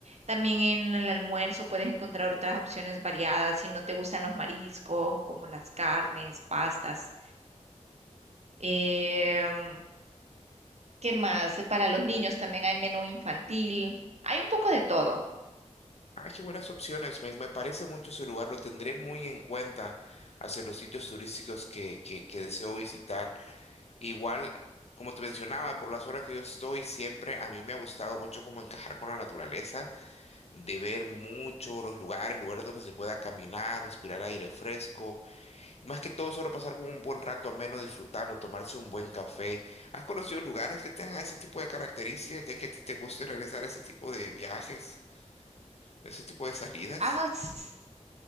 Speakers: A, on the right; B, on the left.
A: También en el almuerzo puedes encontrar otras opciones variadas si no te gustan los mariscos, como las carnes, pastas. Em, ¿Qué más? Para los niños también hay menú infantil. Hay un poco de todo.
B: Ah, qué buenas opciones. Me, me parece mucho ese lugar. Lo tendré muy en cuenta hacia los sitios turísticos que, que, que deseo visitar. Igual, como te mencionaba, por las horas que yo estoy, siempre a mí me ha gustado mucho como encajar con la naturaleza de ver mucho los lugares, lugares donde se pueda caminar, respirar aire fresco, y más que todo solo pasar como un buen rato ameno disfrutando, tomarse un buen café. ¿Has conocido lugares que tengan ese tipo de características, ya que a ti te gusta realizar ese tipo de viajes, ese tipo de salidas?
A: Ah, s-